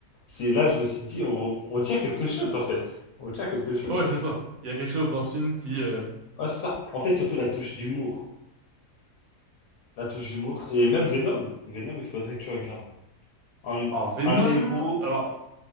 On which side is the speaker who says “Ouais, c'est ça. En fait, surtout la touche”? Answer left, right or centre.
Left